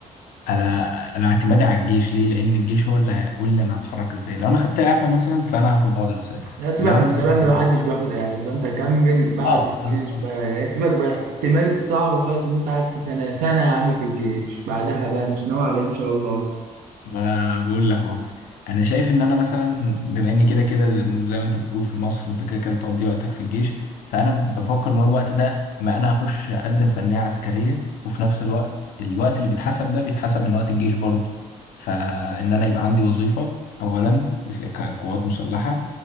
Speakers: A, on the left; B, on the right.
A: انا انا اعتمادي على الجيش ليه لان الجيش هو اللي هيقول لي انا هتحرك ازاي لو انا خدت اعفاء مثلا فانا هاخد بعضي واسافر
B: لا سيبك
A: انما
B: من
A: مثلا
B: الكلام
A: لو-
B: ده محدش بياخد اعفاء فانت كمل بعد
A: اه
B: الجيش
A: بالظبط.
B: بقى يعني سيبك بقى احتمال الصعب خالص ان انت قعدت سنه سنه يا عم في الجيش بعدها بقى مش ناوي عليه ان شاء الله
A: ما بقول لك اهو انا شايف ان انا مثلا بما اني كده كده زي زي ما انت بتقول في مصر انت كده كده بتقضي وقتك في الجيش فانا بفكر اللي هو الوقت ده ما انا اخش اقدم فنية عسكرية وفي نفس الوقت الوقت اللي بيتحسب ده بيتحسب من وقت الجيش برضه فان انا يبقى عندي وظيفة اولا في في كقوات مسلحة